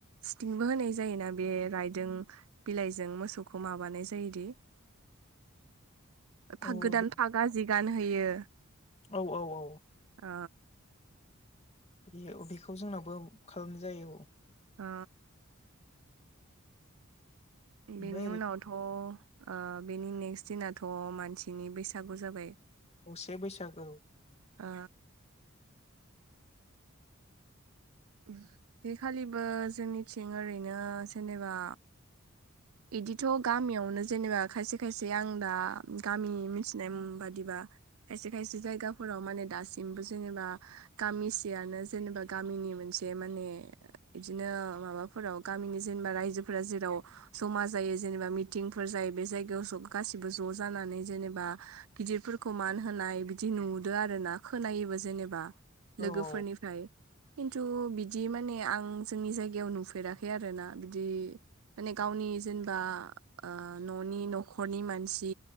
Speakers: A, on the right; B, on the left.
A: स्थिंबो होनाय जायोना बे रायदों बिलाइजों मोसौखौ माबानाय जायोदि
B: <inaudible> औ
A: फाग गोदान
B: बे-
A: फागा जि गान होयो
B: औ औ औ
A: अ
B: बे अ बेखौ जोंनावबो खालामनाय जायो औ
A: अ
B: ओमफ्राय
A: बेनि उनावथ' आ बेनि नेक्स्ट दिनाथ' मानसिनि बैसागु जाबाय
B: असे बैसागो औ
A: ओ ओ उम बेखालिबो जोंनिथिं ओरैनो जेनेबा इदिथ' गामियावनो जेनेबा खायसे खायसे आं दा गामि मिथिनाय उम बादिबा खायसे खायसे जायगाफोराव माने दासिमबो जेनेबा गामिसेयानो जेनेबा गामिनि मोनसे माने इदिनो माबाफोराव गामिनि जेनबा रायजोफोरा जेराव जमा जायो जेनेबा मिटिंफोर जायो बे जायगायाव जब गासिबो ज' जानानै जेनेबा गिदिरफोरखौ मान होनाय बिदि नुदो आरो ना खोनायोबो जेनेबा
B: औ
A: लोगोफोरनिफ्राय
B: औ
A: खिन्थु बिदि माने आं जोंनि जायगायाव नुफेराखै आरोना बिदि माने गावनि जेनबा ओ न'नि न'खरनि मानसि